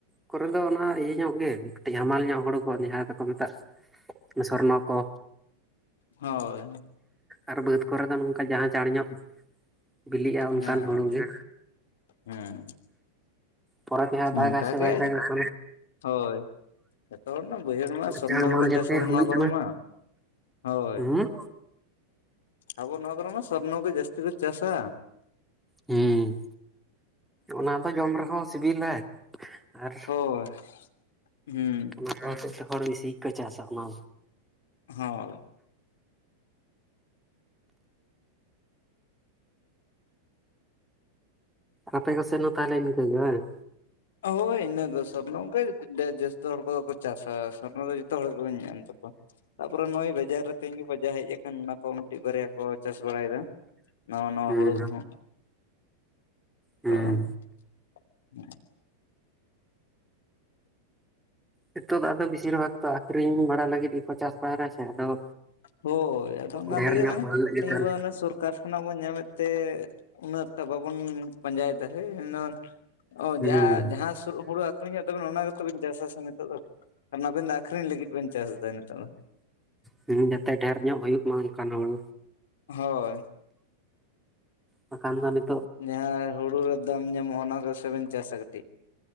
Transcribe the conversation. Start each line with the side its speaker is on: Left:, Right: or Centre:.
Centre: ᱠᱚᱨᱮ ᱫᱚ ᱚᱱᱟ ᱤᱭᱟᱹ ᱧᱚᱜ, ᱠᱟᱴᱤᱡ ᱦᱟᱢᱟᱞ ᱧᱚᱜ ᱦᱩᱲᱩ ᱠᱚ ᱡᱟᱦᱟᱸ ᱫᱚᱠᱚ ᱢᱮᱛᱟᱜ ᱥᱚᱨᱱᱚ ᱠᱚ᱾
Left: ᱦᱳᱭ
Centre: ᱟᱨ ᱵᱟᱹᱫᱽ ᱠᱚᱨᱮ ᱫᱚ ᱱᱚᱝᱠᱟ ᱡᱟᱦᱟᱸ ᱪᱟᱬ ᱧᱚᱜ ᱵᱤᱞᱤᱜᱼᱟ ᱚᱱᱠᱟᱱ
Left: ᱦᱮᱸ
Centre: ᱦᱩᱲᱩ ᱜᱮ᱾
Left: ᱦᱮᱸ
Centre: ᱯᱚᱨᱮᱛᱮ ᱦᱟᱜ ᱫᱟᱜᱟᱭ
Left: ᱚᱱᱠᱟᱜᱮ
Centre: ᱥᱮ ᱵᱟᱭ ᱫᱟᱜᱟ <inaudible>
Left: ᱦᱳᱭ ᱡᱚᱛᱚ ᱦᱚᱲ ᱢᱟ ᱵᱟᱹᱭᱦᱟᱹᱲ ᱢᱟ ᱥᱚᱨᱱᱚ
Centre: ᱪᱟᱬ
Left: ᱜᱮᱵᱚᱱ
Centre: ᱢᱟᱲ ᱡᱟᱛᱮ
Left: ᱪᱟᱥ ᱟᱵᱚᱱ
Centre: ᱦᱩᱭᱩᱜ
Left: ᱱᱚᱣᱟ ᱠᱚᱨᱚ ᱢᱟ᱾ ᱦᱳᱭ
Centre: ᱦᱩᱸ
Left: ᱟᱵᱚ ᱱᱚᱣᱟ ᱠᱚᱨᱮᱢᱟ ᱥᱚᱨᱱᱚ ᱜᱮ ᱡᱟᱹᱥᱛᱤ ᱠᱚ ᱪᱟᱥᱟ᱾
Centre: ᱦᱩᱸ, ᱚᱱᱟ ᱫᱚ ᱡᱚᱢ ᱨᱮᱦᱚᱸ ᱥᱤᱵᱤᱞᱟ᱾ ᱟᱨ
Left: ᱦᱳᱭ ᱦᱩᱸ
Centre: ᱚᱱᱟ ᱠᱚ ᱦᱚᱛᱮᱡ ᱛᱮ ᱦᱚᱲ ᱵᱤᱥᱤ ᱠᱚ ᱪᱟᱥᱟ ᱚᱱᱟ
Left: ᱦᱳᱸᱭ
Centre: ᱟᱯᱮ ᱠᱚ ᱥᱮᱱ ᱦᱚᱸ ᱛᱟᱦᱚᱞᱮ ᱤᱱᱠᱟᱹ ᱜᱮ ᱵᱟᱝ?
Left: ᱦᱳᱭ ᱤᱱᱟᱹ ᱫᱚ ᱥᱚᱨᱱᱚ ᱜᱮ ᱡᱟᱹᱥᱛᱤ ᱦᱚᱲ ᱠᱚᱫᱚ ᱠᱚ ᱪᱟᱥᱟ ᱥᱚᱨᱱᱚ ᱫᱚ ᱡᱚᱛᱚ ᱦᱚᱲ ᱜᱮᱵᱚᱱ ᱧᱮᱞ ᱛᱟᱠᱚᱣᱟ᱾ ᱛᱟᱯᱚᱨᱮ ᱱᱚᱜᱼᱚᱭ ᱵᱮᱡᱟᱨ ᱨᱮ ᱛᱮᱧ ᱜᱮ ᱵᱟᱡᱟ ᱦᱮᱡ ᱟᱠᱟᱱ ᱚᱱᱟ ᱠᱚ ᱢᱤᱫᱴᱤᱡ ᱵᱟᱨᱭᱟ ᱠᱚ ᱪᱟᱥ ᱵᱟᱲᱟᱭᱮᱫᱟ᱾ ᱱᱟᱣᱟ ᱱᱟᱣᱟ
Centre: ᱦᱩᱸ
Left: ᱦᱩᱲᱩ ᱠᱚᱦᱚᱸ᱾ <unintelligible>
Centre: ᱦᱩᱸ ᱱᱤᱛᱚᱜ ᱫᱚ ᱟᱫᱚ ᱵᱤᱥᱤᱨ ᱵᱷᱟᱜᱽ ᱟᱠᱷᱨᱤᱧ ᱵᱟᱲᱟ ᱞᱟᱹᱜᱤᱫ ᱜᱮᱠᱚ ᱪᱟᱥ ᱵᱟᱲᱟᱭᱟ ᱥᱮ ᱟᱫᱚ
Left: ᱦᱳᱭ ᱟᱫᱚ ᱚᱱᱟ
Centre: ᱰᱷᱮᱨ
Left: ᱛᱮᱜᱮ
Centre: ᱧᱚᱜ
Left: ᱢᱟᱱᱮ
Centre: ᱦᱩᱭᱩᱜ
Left: <unintelligible>
Centre: ᱞᱮᱠᱟᱱ
Left: ᱥᱚᱨᱠᱟᱨ ᱠᱷᱚᱱᱟᱜ ᱵᱚᱱ ᱧᱟᱢᱮᱫ ᱛᱮ ᱩᱱᱟᱹᱜᱴᱟ ᱵᱟᱵᱚᱱ ᱯᱟᱸᱡᱟᱭᱮᱫᱟ ᱦᱳᱭ ᱢᱮᱱ ᱚ
Centre: ᱦᱩᱸ
Left: ᱡᱟᱦᱟ ᱡᱟᱦᱟᱸ ᱥᱩᱨ ᱦᱩᱲᱩ ᱟᱹᱠᱷᱨᱤᱧᱚᱜ ᱛᱟᱵᱤᱱᱟ ᱚᱱᱟ ᱜᱮᱛᱚᱵᱮᱱ ᱪᱟᱥ ᱟᱥᱮ ᱱᱤᱛᱚᱜ ᱫᱚ᱾ ᱱᱟᱵᱤᱱ ᱫᱚ ᱟᱠᱷᱨᱤᱧ ᱞᱟᱹᱜᱤᱫ ᱵᱮᱱ ᱪᱟᱥ ᱮᱫᱟ ᱱᱤᱛᱚᱜ ᱫᱚ᱾
Centre: ᱦᱮᱸ ᱡᱟᱛᱮ ᱰᱷᱮᱨ ᱧᱚᱜ ᱦᱩᱭᱩᱜ ᱢᱟ ᱚᱱᱠᱟᱱ ᱦᱚᱲ
Left: ᱦᱳᱭ
Centre: ᱟᱠᱷᱟᱫᱟᱱ <unintelligible>
Left: ᱡᱟᱦᱟᱸ ᱦᱩᱲᱩ ᱨᱮ ᱫᱟᱢ ᱧᱟᱢᱚᱜᱼᱟ ᱚᱱᱟ ᱠᱚᱥᱚᱵᱤᱱ ᱪᱟᱥ ᱟᱠᱟᱫᱟ